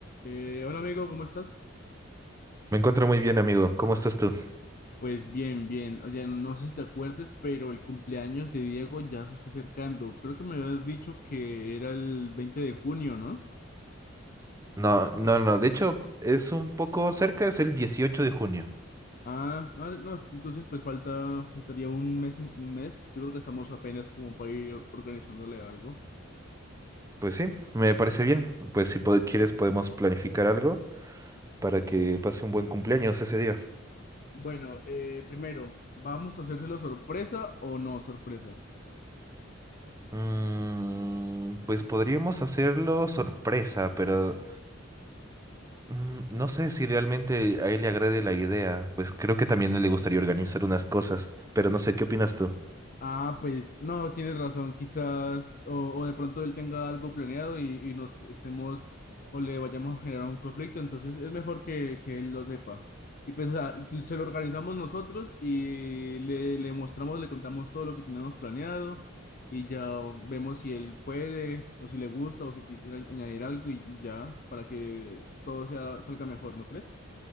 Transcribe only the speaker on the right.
Me encuentro muy bien, amigo. ¿Cómo estás tú?
No, no, no. De hecho, es un poco cerca, es el dieciocho de junio.
Pues sí, me parece bien. Pues si pod- quieres podemos planificar algo para que pase un buen cumpleaños ese día.
Mm, pues podríamos hacerlo sorpresa, pero mm, no sé si realmente a él le agrade la idea. Pues creo que también le gustaría organizar unas cosas, pero no sé, ¿qué opinas tú?